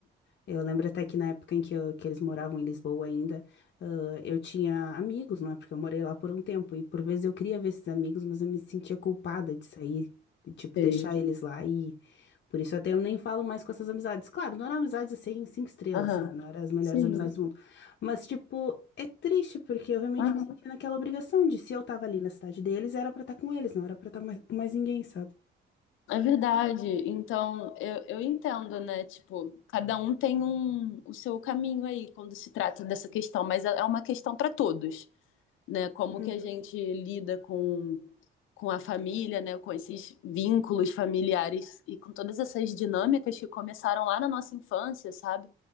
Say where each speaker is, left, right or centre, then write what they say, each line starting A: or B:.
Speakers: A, on the left; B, on the left.
A: Eu lembro até que na época em que, eu- que eles moravam em Lisboa ainda, ãh, eu tinha amigos, não é? Porque eu morei lá por um tempo. E por vezes eu queria ver esses amigos, mas eu me sentia culpada de sair, de, tipo,
B: Sei.
A: deixar eles lá. E por isso até eu nem falo mais com essas amizades. Claro, não eram amizades assim, cinco estrelas,
B: Aham.
A: sabe? Não eram as melhores
B: Sim.
A: amizades do mundo. Mas, tipo, é triste, porque eu realmente
B: Aham.
A: me sentia naquela obrigação de se eu tava ali na cidade deles, era pra estar com eles, não era pra estar mais, com mais ninguém, sabe?
B: É verdade. Então, eu, eu entendo, né? Tipo, cada um tem um, o seu caminho aí quando se trata dessa questão, mas é é uma questão para todos, né? Como
A: Uhum,
B: que a gente lida com, com a família, né? Com esses vínculos familiares e com todas essas dinâmicas que começaram lá na nossa infância, sabe?